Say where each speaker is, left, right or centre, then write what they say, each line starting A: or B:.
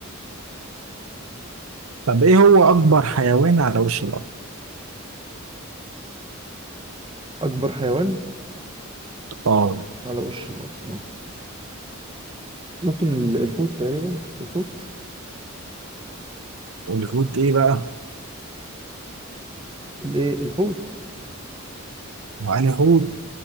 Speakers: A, on the right; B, on the right.
A: طب ايه هو اكبر حيوان على وش الارض؟
B: اكبر حيوان
A: اه
B: على وش الارض مم. ممكن ال- الحوت تقريبا الحوت
A: والحوت ايه بقى؟
B: الايه الحوت
A: يعني حوت